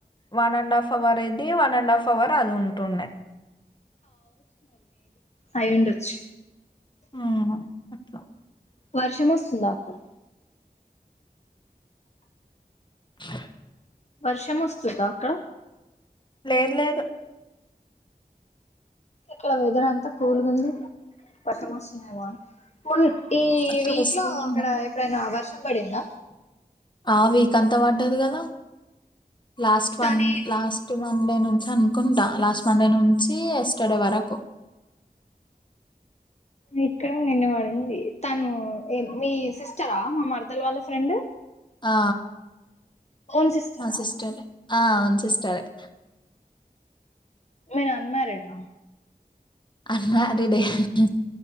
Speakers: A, on the left (about 30°); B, on the left (about 45°).
A: వన్ అండ్ హాఫ్ అవర్ ఇది వన్ అండ్ హాఫ్ అవర్ అది ఉంటుండే
B: అయ్యి ఉండొచ్చు
A: హుహు అట్లా
B: వర్షం వస్తుందా అక్కడ
A: <inaudible>
B: వర్షం వస్తుందా అక్కడ
A: లేదు లేదు
B: ఇక్కడ వెదర్ ఎంత కూల్గా ఉంది వర్షం వస్తుందేమో అని మున్ ఈ
A: అక్కడ
B: వీక్
A: స్కూల్
B: లో అక్కడ ఎప్పుడైనా వర్ష్ వర్షంబడిందా
A: ఆ వీక అంతా పడ్డది కదా లాస్ట్ వన్
B: తనే
A: లాస్ట్ వన్ డే ను అనుకుంటా లాస్ట్ మండే నుంచి ఎస్టర్డే వరకు
B: ఇక్కడ నిన్న వాడింది తను మీ సిస్టరా మా మరదలు వాళ్ళ ఫ్రెండ్
A: ఆ
B: ఓన్ సిస్టరా
A: మా సిస్టర్ ఏ ఆ ఓన్ సిస్టర్ హే
B: మీరు అన్మ్యారీడ్డ్ హా
A: అన్మ్యారీడ్ హే